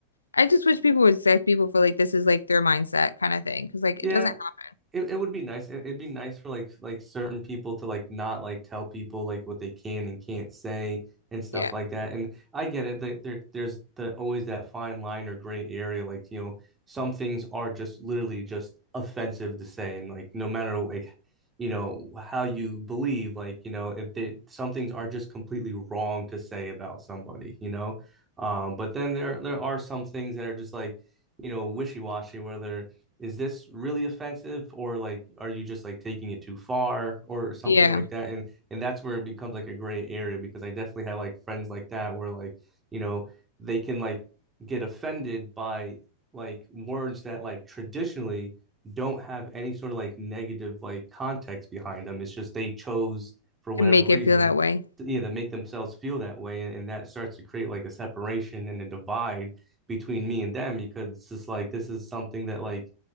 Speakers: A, on the left; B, on the right.
A: I just wish people would accept people for like this is like their mindset kind of thing. Because like
B: Yeah,
A: it doesn't help.
B: it, it would be nice. It, it'd be nice for like like certain people to like not like tell people like what they can and can't say and stuff
A: Yeah.
B: like that. And I get it. There, there there's the always that fine line or gray area. Like, you know, some things are just literally just offensive to say. And like no matter like, you know, how you believe, like, you know, if they some things are just completely wrong to say about somebody, you know. Um, but then there there are some things that are just like, you know, wishy-washy where they're is this really offensive or like are you just like taking it too far or something
A: Yeah.
B: like that and and that's where it becomes like a gray area because i definitely have like friends like that where like you know they can like get offended by like words that like traditionally don't have any sort of like negative like context behind them it's just they chose for whatever
A: To make
B: reason
A: it feel that way.
B: to, you know to make themselves feel that way and, and that starts to create like a separation and a divide between me and them because it's just like this is something that like